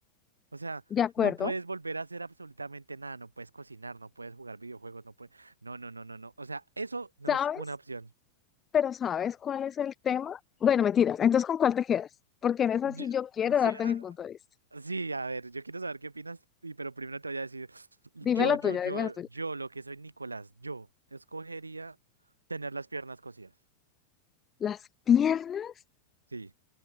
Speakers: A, on the right (about 80°); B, on the left (about 25°).
A: O sea,
B: de acuerdo.
A: no puedes volver a hacer absolutamente nada, no puedes cocinar, no puedes jugar videojuegos, no puedes... No, no, no, no, no. O sea, eso no
B: ¿Sabes?
A: es una opción.
B: Pero ¿sabes cuál es el tema? Bueno, mentiras. Entonces, ¿con cuál te quedas? Porque en esa
A: Yo-
B: sí yo quiero
A: sí,
B: darte
A: ah,
B: mi punto de vista.
A: sí, a ver, yo quiero saber qué opinas, y- pero primero te voy a decir, <sniffs>
B: Dime
A: yo,
B: la
A: yo,
B: tuya,
A: yo,
B: dime la tuya.
A: yo, lo que soy Nicolás, yo escogería tener las piernas cosidas.
B: Las piernas,
A: Sí,